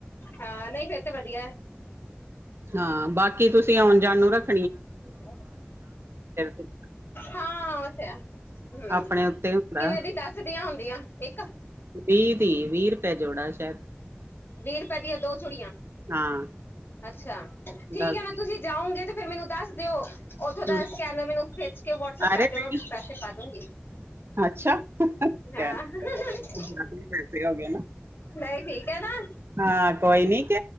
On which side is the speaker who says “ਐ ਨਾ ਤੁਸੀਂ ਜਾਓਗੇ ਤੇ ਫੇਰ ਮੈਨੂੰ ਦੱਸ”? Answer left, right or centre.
Left